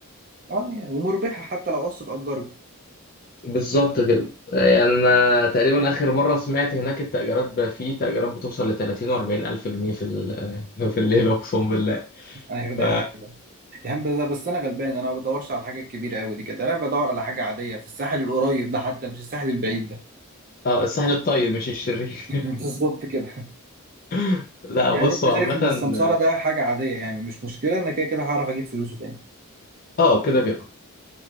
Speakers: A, on the right; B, on the left.
A: اه ومربحه حتى لو قسط اجره
B: بالظبط كده يعني أنا تقريبا آخر مرة سمعت هناك التأجيرات بقى في تأجيرات بتوصل ل 30 و 40 ألف جنيه في ال- <laughs> في الليلة أقسم بالله
A: ايوه دي
B: ف
A: حاجه يعني بس بس انا غلبان انا ما بدورش على الحاجه الكبيره قوي دي كده انا بدور على حاجه عاديه في الساحل القريب ده حتى مش الساحل البعيد ده
B: اه السهل الطيب مش الشرير
A: <laughs> بالظبط كده
B: <laughs> لا
A: يعني
B: بصوا
A: انت شايف
B: عامة
A: ان السمساره ده حاجه عاديه يعني مش مشكله انا كده كده هعرف اجيب فلوسه تاني
B: اه كده كده